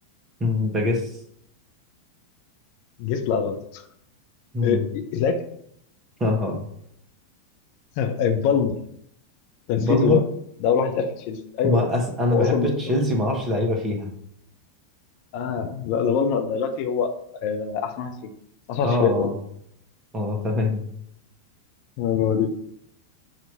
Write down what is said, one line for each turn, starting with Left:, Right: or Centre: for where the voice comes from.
Right: مم، بجس
Left: جس لا غلط
Right: مم،
Left: إيه، ايزاك
Right: <laughs> اه
Left: آه، بالمر ده نسيته
Right: بالمر
Left: ده ده اول واحد اتقال في تشيلسي ايوه
Right: ما أس... انا
Left: هو
Right: بحب
Left: اصلا من
Right: تشيلسي
Left: خط النص
Right: ما اعرفش لعيبه فيها
Left: اه لا ده بالمر دلوقتي هو آه، احسن واحد فيه احسن
Right: اه
Left: واحد في الفريق كله
Right: اه اه، تمام
Left: آه، هو دي